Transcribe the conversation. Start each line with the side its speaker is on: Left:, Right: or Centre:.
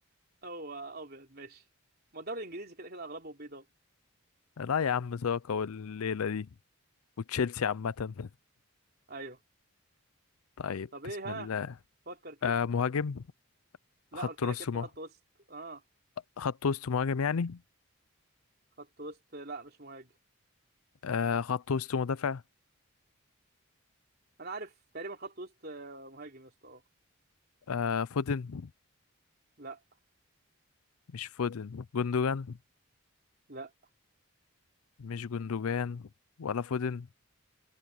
Right: هو ابيض ماشي ما الدوري الانجليزي كده كده اغلبه بيضاء
Left: لا يا عم ساكا والليلة دي وتشيلسي عامة
Right: ايوه
Left: طيب
Right: طب ايه
Left: بسم
Right: ها
Left: الله
Right: فكر كده
Left: آه مهاجم
Right: لا
Left: خط
Right: قلت لك
Left: نص
Right: يا ابني
Left: مه...
Right: خط وسط اه
Left: خط وسط مهاجم يعني
Right: خط وسط لا مش مهاجم
Left: آه خط وسط مدافع
Right: انا عارف تقريبا خط وسط آه، مهاجم يا اسطى اه
Left: آه فودن
Right: لا
Left: مش فودن جندوجان
Right: لا
Left: مش جندوجان ولا فودن